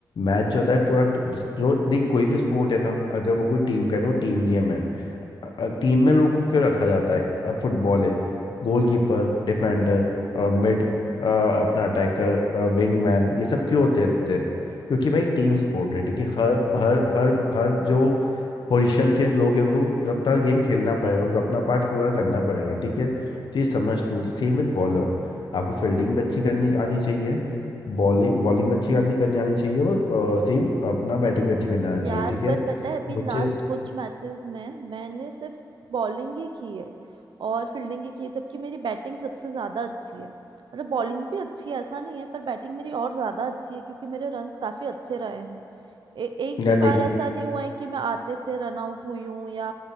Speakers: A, on the left (about 80°); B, on the right (about 90°).
A: मैच जो होता है पूरा ट- जो देख कोई भी स्पोर्ट है ना अगर वो पूरी टीम का है तो टीम गेम है अ- टीम में लोग को क्यों रखा जाता है अब फुटबॉल है गोलकीपर डिफेंडर मिड अपना अटैकर विंगमैन ये सब क्यों होते थे क्योंकि भाई टीम स्पोर्ट है ठीक है हर हर हर हर जो पोजीशन के लोग हैं उनको
B: हम्म,
A: अपना
B: हम्म।
A: गेम खेलना पड़ेगा उनको अपना पार्ट पूरा करना पड़ेगा ठीक है तो ये समझ तू तो सेम विद बॉलर आपको फील्डिंग भी अच्छी करनी आनी चाहिए बॉलिंग बॉलिंग भी अच्छी करनी करनी आनी चाहिए और सेम अपना बैटिंग भी अच्छी करनी आनी
B: यार
A: चाहिए ठीक है
B: पर पता है अभी
A: मुझे
B: लास्ट कुछ मैचेस में मैंने सिर्फ बॉलिंग ही की है और फील्डिंग ही की है जबकि मेरी बैटिंग सबसे ज्यादा अच्छी है मतलब बॉलिंग भी अच्छी है ऐसा नहीं है पर बैटिंग मेरी और ज्यादा अच्छी है क्योंकि मेरे रन्स काफी अच्छे रहे हैं ए एक
A: यार
B: भी बार
A: देख
B: ऐसा नहीं हुआ है कि मैं आते से रन आउट हुई हूँ या